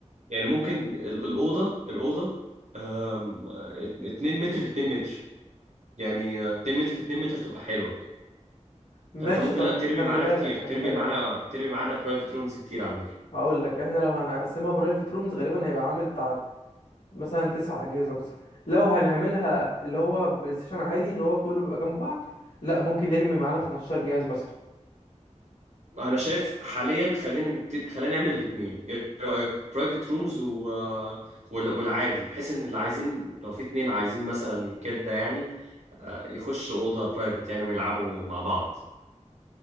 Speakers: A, on the right (about 70°); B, on the left (about 85°).
A: يعني ممكن ال- الأوضة الأوضة آم، ات- اتنين متر في اتنين متر يعني آه، اتنين متر في اتنين متر تبقى حلوة
B: ماشي
A: حتى ممكن
B: طب
A: لا ترمي
B: خلي
A: معانا
B: بالك
A: كتير ترمي
B: خلي بالك
A: معانا ترمي معانا برايفت رومز كتير على فكرة
B: هقول لك احنا لو هنقسمها برايفت رومز غالبا هيبقى عامل بتاع مثلا تسع اجهزه مثلا لو هنعملها اللي هو بلاي ستيشن عادي اللي هو كله بيبقى جنب بعض لا ممكن نرمي معانا 15 جهاز مثلا
A: أنا شايف حاليا خلينا نبتدي خلينا نعمل الاتنين إيه رأيك برايفت رومز و... آه، وال- والعادي بحيث إن اللي عايزين لو في اتنين عايزين مثلا كده يعني آه، يخشوا أوضة برايفت يعني ويلعبوا مع بعض